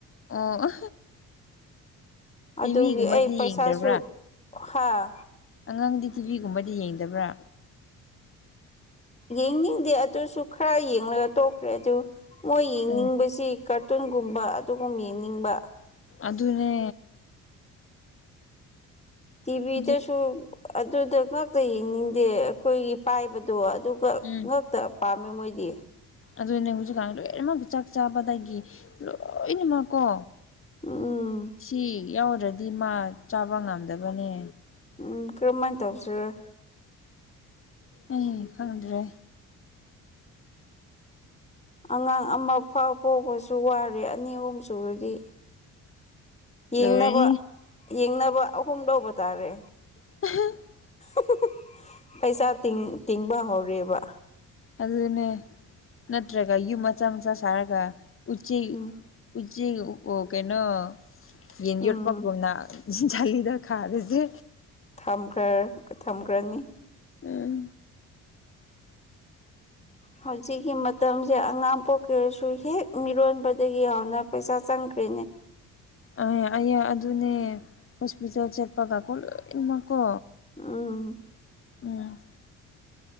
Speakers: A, on the left; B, on the left.
A: ꯑꯣ <unintelligible> ꯇꯤꯚꯤꯒꯨꯝꯕꯗꯤ
B: ꯑꯗꯨꯒꯤ ꯑꯩ ꯄꯩꯁꯥꯁꯨ
A: ꯌꯦꯡꯗꯕ꯭ꯔꯥ
B: ꯍꯥꯥ
A: ꯑꯉꯥꯡꯗꯤ ꯇꯤꯚꯤꯒꯨꯝꯕꯗꯤ ꯌꯦꯡꯗꯕ꯭ꯔꯥ
B: ꯌꯦꯡꯅꯤꯡꯗꯦ ꯑꯗꯨꯁꯨ ꯈꯔ ꯌꯦꯡꯂꯒ ꯇꯣꯛꯈ꯭ꯔꯦ ꯑꯗꯨ ꯃꯣꯏ ꯌꯦꯡꯅꯤꯡꯕꯁꯤ
A: ꯎꯝ
B: ꯀꯥꯔꯇꯨꯟꯒꯨꯝꯕ ꯑꯗꯨꯒꯨꯝ ꯌꯦꯡꯅꯤꯡꯕ
A: ꯑꯗꯨꯅꯦ
B: ꯇꯤꯚꯤꯗꯁꯨ
A: ꯍꯧꯖꯤꯛ
B: ꯑꯗꯨꯗ ꯉꯛꯇ ꯌꯦꯡꯅꯤꯡꯗꯦ ꯑꯩꯈꯣꯏꯒꯤ ꯄꯥꯏꯕꯗꯣ ꯑꯗꯨ ꯄꯛ
A: ꯎꯝ
B: ꯉꯥꯛꯇ ꯄꯥꯝꯃꯦ ꯃꯣꯏꯗꯤ
A: ꯑꯗꯨꯅꯦ ꯍꯧꯖꯤꯛꯀꯥꯟ ꯂꯣꯏꯅꯃꯛ ꯆꯥꯛ ꯆꯥꯕꯗꯒꯤ ꯂꯣꯏꯅꯃꯛꯀꯣ
B: ꯎꯝ
A: ꯁꯤ ꯌꯥꯎꯗ꯭ꯔꯗꯤ ꯃꯥ ꯆꯥꯕ ꯉꯝꯗꯕꯅꯦ
B: ꯎꯝ ꯀꯔꯝꯃꯥꯏ ꯇꯧꯁꯤꯔꯥ
A: ꯑꯩ ꯈꯪꯗ꯭ꯔꯦ
B: ꯑꯉꯥꯡ ꯑꯃꯐꯥꯎ ꯄꯣꯛꯕꯁꯨ ꯋꯥꯔꯦ ꯑꯅꯤ ꯑꯍꯨꯝ ꯁꯨꯔꯗꯤ ꯌꯦꯡꯅꯕ
A: ꯂꯣꯏꯔꯅꯤ
B: ꯌꯦꯡꯅꯕ ꯑꯍꯨꯝ ꯂꯧꯕ ꯇꯥꯔꯦ
A: <unintelligible>
B: <unintelligible> ꯄꯩꯁꯥ ꯇꯤꯡ ꯇꯤꯡꯕ ꯍꯧꯔꯦꯕ
A: ꯑꯗꯨꯅꯦ ꯅꯠꯇ꯭ꯔꯒ ꯌꯨꯝ ꯃꯆꯥ ꯃꯆꯥ ꯁꯥꯔꯒ ꯎꯆꯤ
B: ꯎꯝ
A: ꯎꯆꯤ ꯑꯣ ꯀꯩꯅꯣ ꯌꯦꯟ
B: ꯎꯝ
A: ꯌꯣꯠꯄꯒꯨꯝꯅ ꯖꯥꯂꯤꯗ ꯈꯥꯔꯖꯦ
B: ꯊꯝꯈ꯭ꯔ ꯊꯝꯈ꯭ꯔꯅꯤ
A: ꯎꯝ
B: ꯍꯧꯖꯤꯛꯀꯤ ꯃꯠ ꯃꯇꯝꯁꯦ ꯑꯉꯥꯡ ꯄꯣꯛꯀ꯭ꯔꯦꯁꯨ ꯍꯦꯛ ꯃꯤꯔꯣꯟꯕꯗꯒꯤ ꯍꯧꯅ ꯄꯩꯁꯥ ꯆꯪꯈ꯭ꯔꯦꯅꯦ
A: ꯑꯩ ꯑꯩꯌꯥ ꯑꯗꯨꯅꯦ ꯍꯣꯁꯄꯤꯇꯥꯜ ꯆꯠꯄꯒꯀꯣ ꯂꯣꯏꯅꯃꯛꯀꯣ
B: ꯎꯝ
A: ꯎꯝ